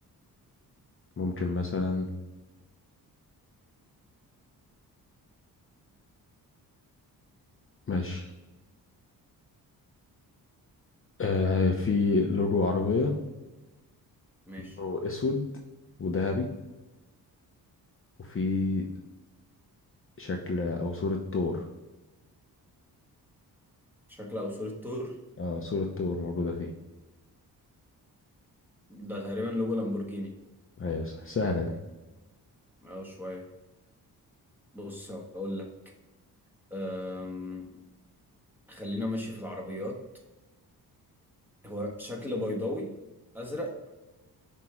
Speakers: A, on the left (about 35°); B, in the centre.
A: ممكن مثلا ماشي آه في لورو عربية
B: ماشي
A: لونه أسود وذهبي وفي شكل أو صورة طور
B: شكل او صورة طور
A: آه صورة طور موجودة فيه
B: ده تقريبا لوجو لامبورجيني
A: أيوة صح. سهلة دي
B: اه شوية بص هقول لك أم، خلينا ماشي في العربيات هو شكل بيضاوي ازرق